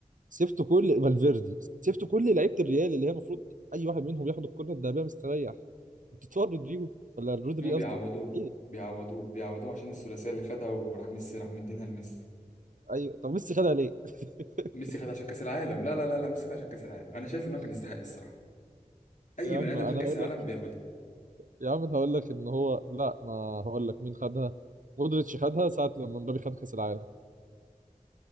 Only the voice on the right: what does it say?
سبت كل فالفيردي سبت كل لعيبه الريال اللي هي المفروض اي واحد منهم ياخد الكره الذهبيه مستريح بتتفرج رودريجو ولا رودري
قصدي ليه
ايوه طب ميسي خدها ليه <laughs>
يا
عم
انا
هقول
لك
يا عم انا هقول لك ان هو لا ما هقول لك مين خدها مودريتش خدها ساعه لما مبابي خد كاس العالم